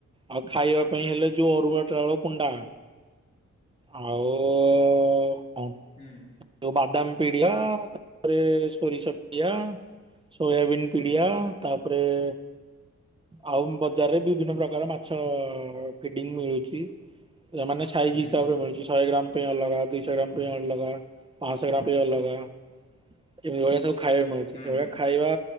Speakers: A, on the right (about 20°); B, on the left (about 25°).
A: ଆଉ ଖାଇବା ପାଇଁ ହେଲେ ଯୋଉ ଅରୁଆ ଚାଉଳ କୁଣ୍ଡା ଆଉ-ଉ-ଉ-ଉ-ଉ କଣ
B: ହୁଁ।
A: ଯୋଉ ବାଦାମ ପିଡିଆ-ଆ-ଆ-ଆ ତାପରେ ସୋରିଷ ଡିଆ। ସୋୟାବିନ୍ ପିଡ଼ିଆ
B: ହୁଁ
A: ତାପରେ-ଏ-ଏ ଆଉ ବଜାରରେ ବିଭିନ୍ନ ପ୍ରକାର ମାଛ-ଅ-ଅ-ଅ ଫିଡିଙ୍ଗ ମିଳୁଛି ହେଲା ମାନେ ସେ ସାଇଜ୍
B: ହୁଁ
A: ହିସାବରେ ମିଳଛି ଶହେ ଗ୍ରାମ ପାଇଁ ଅଲଗା ଦୁଇ ଶହ ଗ୍ରାମ ପାଇଁ ଅଲଗା ପାଆଶ ଗ୍ରାମ ପାଇ ଅଲଗା ଏଭଳିଆ ସବୁ। ଖାଇବା ମିଳୁଛି
B: ହୁଁ
A: ସେଇଭଳିଆ ଖାଇବା